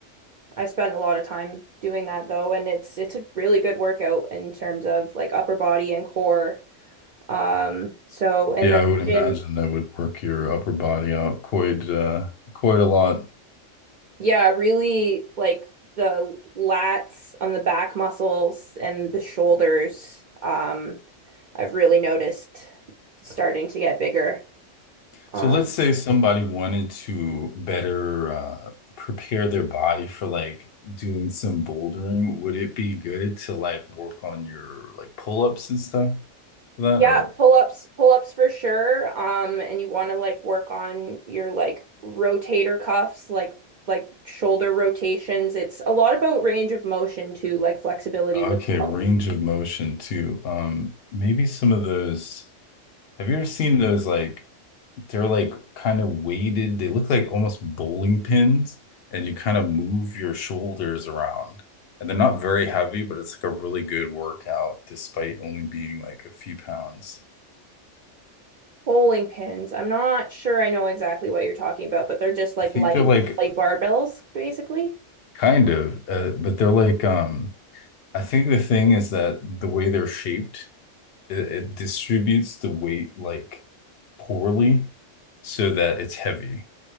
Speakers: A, on the right; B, on the left.
A: I spend a lot of time doing that though, and it's it's a really good workout in terms of like upper body and core. Um, so and
B: Yeah,
A: then
B: I would
A: my
B: imagine
A: gym
B: that would work your upper body out quite uh, quite a lot.
A: Yeah, really like the lats on the back muscles and the shoulders. Um, I've really noticed starting to get bigger.
B: So
A: Um,
B: let's say somebody wanted to better uh, prepare their body for like doing some bouldering. Would it be good to like work on your like pull-ups and stuff for that?
A: yeah,
B: Or
A: pull-ups, pull-ups for sure. Um, and you want to like work on your like rotator cuffs, like like shoulder rotations. It's a lot about range of motion too, like flexibility
B: okay,
A: really helps.
B: range of motion too. Um, maybe some of those. Have you ever seen those like? They're like kind of weighted. They look like almost bowling pins, and you kind of move your shoulders around. And they're not very heavy, but it's like a really good workout despite only being like a few pounds.
A: Bowling pins. I'm not sure I know exactly what you're talking about, but they're just like
B: I think
A: light,
B: they're like
A: light barbells, basically.
B: kind of, uh, but they're like um I think the thing is that the way they're shaped, it, it distributes the weight like poorly so that it's heavy